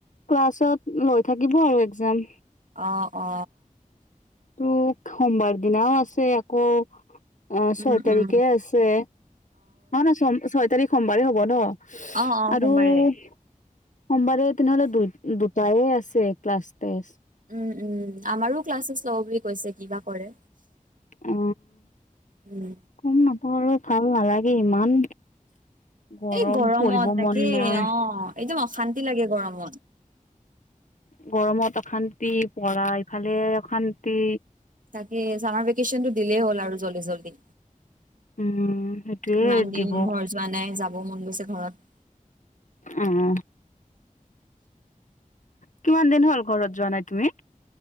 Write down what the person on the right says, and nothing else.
অ অ
উম
উম
অ অ
সোমবাৰে
উম উম আমাৰো ক্লাছেছ ল'ব বুলি কৈছে কিবা কৰে।
উম
এই গৰমত
তাকে
অ একদম অশান্তি লাগে গৰমত
তাকে চামাৰ ভেকেশচন টো দিলেই হ'ল আৰু জল্দি জল্দি।
ইমান
দিন
ঘৰ যোৱা নাই যাব মন গৈছে ঘৰত।